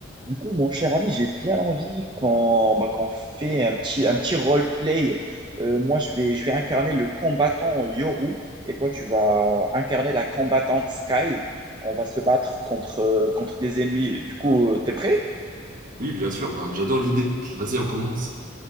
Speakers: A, on the right; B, on the right.
A: Du coup, mon cher ami, j'ai bien envie qu'on bah, qu'on fait un petit, un petit roleplay. Euh, moi, je vais, je vais incarner le combattant Yoru et toi, tu vas incarner la combattante Sky. On va se battre contre, euh, contre des ennemis. Du coup, euh, t'es prêt?
B: Oui, bien sûr, bah, j'adore l'idée. Vas-y, on commence.